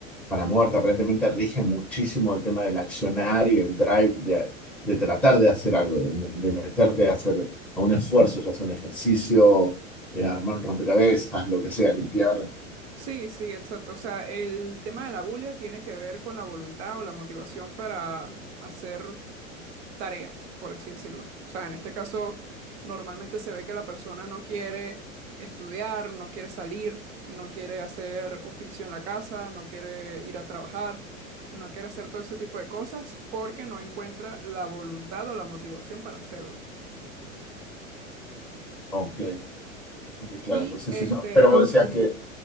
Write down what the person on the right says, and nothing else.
sí, sí, exacto, o sea, el tema de la bulia tiene que ver con la voluntad o la motivación para hacer tareas, por así decirlo. O sea, en este caso, normalmente se ve que la persona no quiere estudiar, no quiere salir, no quiere hacer oficio en la casa, no quiere ir a trabajar, no quiere hacer todo ese tipo de cosas porque no encuentra la voluntad o la motivación para hacerlo.
Y
este,
la...
ot-